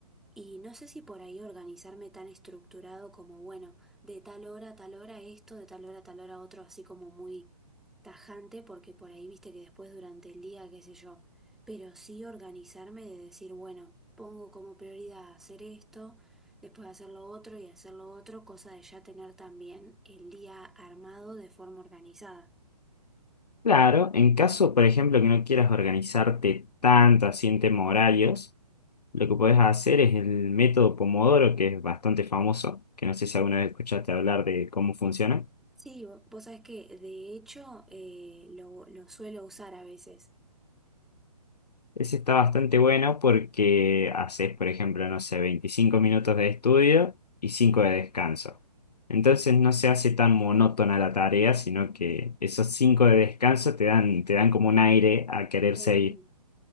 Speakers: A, in the centre; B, on the left.
A: Y no sé si por ahí organizarme tan estructurado como, bueno, de tal hora a tal hora esto, de tal hora a tal hora otro, así como muy tajante, porque por ahí viste que después durante el día, qué sé yo, pero sí organizarme de decir, bueno, pongo como prioridad hacer esto, después hacer lo otro y hacer lo otro, cosa de ya tener también el día armado de forma organizada.
B: Claro, en caso, por ejemplo, que no quieras organizarte tanto así en tema horarios. Lo que podés hacer es el método Pomodoro, que es bastante famoso, que no sé si alguna vez escuchaste hablar de cómo funciona.
A: Sí, vo- vos sabés que de hecho eh, lo, lo suelo usar a veces.
B: Ese está bastante bueno porque haces, por ejemplo, no sé, 25 minutos de estudio y 5 de descanso. Entonces no se hace tan monótona la tarea, sino que esos 5 de descanso te dan, te dan como un aire a querer
A: Sí.
B: seguir.